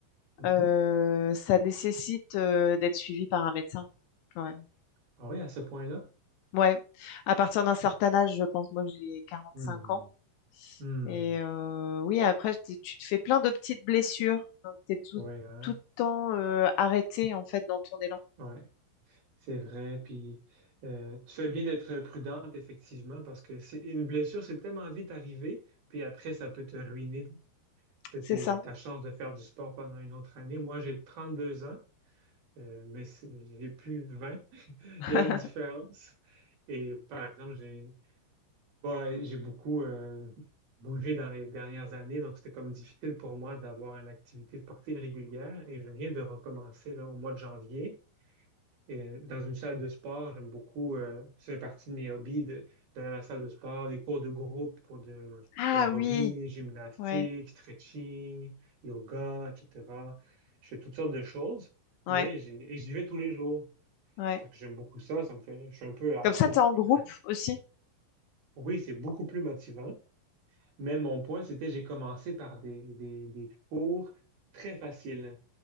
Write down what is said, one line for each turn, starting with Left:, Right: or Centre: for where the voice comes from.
Right: Mhm.
Left: euh, ça nécessite euh, d'être suivi par un médecin quand même.
Right: Ah oui, à ce point-là?
Left: Ouais, à partir d'un certain âge, je pense, moi j'ai quarante-cinq
Right: Hmm.
Left: ans.
Right: Hmm,
Left: Et euh, oui, après, t'es- tu te fais plein de petites blessures. Tu es tout,
Right: ouais, hein,
Left: tout le temps euh, arrêté, en fait, dans ton élan.
Right: ouais, c'est vrai. Puis euh, tu fais bien d'être prudente, effectivement, parce que c'est une blessure, c'est tellement vite arrivé, puis après, ça peut te ruiner ta
Left: C'est
Right: tes-
Left: ça.
Right: ta chance de faire du sport pendant une autre année. Moi, j'ai 32 ans, euh, mais c'est- j'ai plus 20 <laughs>
Left: <laughs>
Right: Il y a une différence. Et par exemple, j'ai bon, j'ai beaucoup euh, bougé dans les dernières années, donc c'était comme difficile pour moi d'avoir une activité sportive régulière. Et je viens de recommencer là, au mois de janvier. Et dans une salle de sport, j'aime beaucoup, euh, ça fait partie de mes hobbies, de- d'aller à la salle de sport, les cours de groupe pour de
Left: Ah
Right: l'aérobie,
Left: oui,
Right: gymnastique,
Left: ouais,
Right: stretching, yoga, etc. Je fais toutes sortes de choses,
Left: ouais,
Right: mais j'ai, et j'y vais tous les jours
Left: ouais.
Right: parce que j'aime beaucoup ça, ça me fait, je suis un peu accro,
Left: Comme ça, tu
Right: je
Left: es en
Right: crois.
Left: groupe aussi.
Right: Oui, c'est beaucoup plus motivant, mais mon point, c'était j'ai commencé par des, des, des cours très faciles.